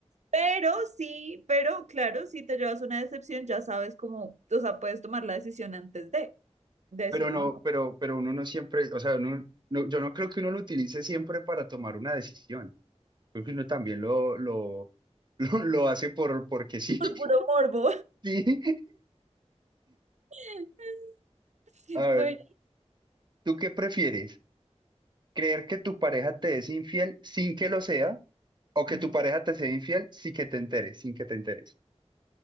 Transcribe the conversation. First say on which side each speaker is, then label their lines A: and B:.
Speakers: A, on the right; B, on the right.
A: Pero sí, pero claro, si te llevas una decepción, ya sabes cómo, o sea, puedes tomar la decisión antes de, de decir
B: pero no,
A: no, no,
B: pero, pero uno no siempre, o sea, uno- no- yo no creo que uno lo utilice siempre para tomar una decisión. Creo que uno también lo, lo, <laughs> lo, lo hace por, porque sí.
A: por
B: <laughs>
A: puro morbo.
B: Sí.
A: <laughs>
B: A ver,
A: Bueno,
B: ¿tú qué prefieres? creer que tu pareja te es infiel sin que lo sea, o que
A: mm,
B: tu pareja te sea infiel sin que te enteres, sin que te enteres,